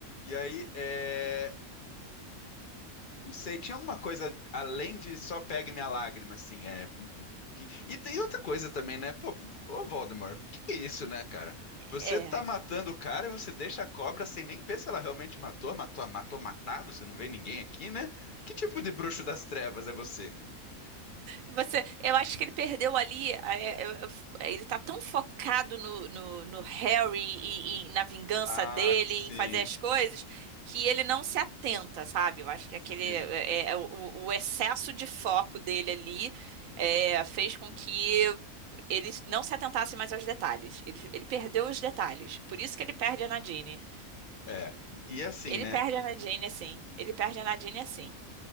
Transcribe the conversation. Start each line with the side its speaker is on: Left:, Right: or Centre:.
Left: E aí é, Não sei, tinha alguma coisa além de só pegue minha lágrima, assim, é. E e tem outra coisa também, né? Pô, ô Voldemort, que que é isso, né, cara? Você
Right: É.
Left: tá matando o cara e você deixa a cobra sem nem ver se ela realmente matou, matou, matou matado, você não vê ninguém aqui, né? Que tipo de bruxo das trevas é você?
Right: Você, eu acho que ele perdeu ali. é, eu- eu- Ele tá tão focado no, no, no Harry e, e na vingança
Left: Ah,
Right: dele,
Left: sim,
Right: em fazer as coisas, que ele não se atenta, sabe? Eu acho que aquele,
Left: sim,
Right: é, é, é o, o excesso de foco dele ali é, fez com que ele não se atentasse mais aos detalhes. Ele, ele perdeu os detalhes. Por isso
Left: sim.
Right: que ele perde a Nadine.
Left: É, e assim,
Right: Ele
Left: né?
Right: perde a Nadine assim. Ele perde a Nadine assim.